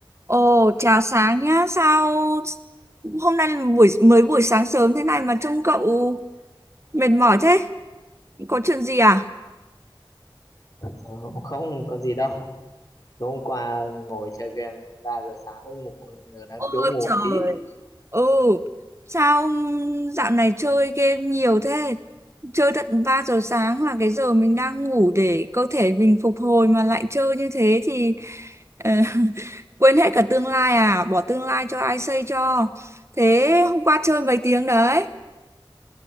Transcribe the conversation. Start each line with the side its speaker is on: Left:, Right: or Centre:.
Right: Ồ, chào sáng nhá. Sao hôm nay là buổi mới buổi sáng sớm thế này mà trông cậu mệt mỏi thế? Có chuyện gì à?
Left: Ờ, không có gì đâu Tối hôm qua ngồi chơi game đến ba giờ sáng mới ngủ giờ đang
Right: Ôi
Left: thiếu ngủ
Right: trời.
Left: tí
Right: Ừ. Sao dạo này chơi game nhiều thế? Chơi tận 3 giờ sáng là cái giờ mình đang ngủ để cơ thể mình phục hồi mà lại chơi như thế thì ờ, <laughs> quên hết cả tương lai à? Bỏ tương lai cho ai xây cho. Thế hôm qua chơi mấy tiếng đấy?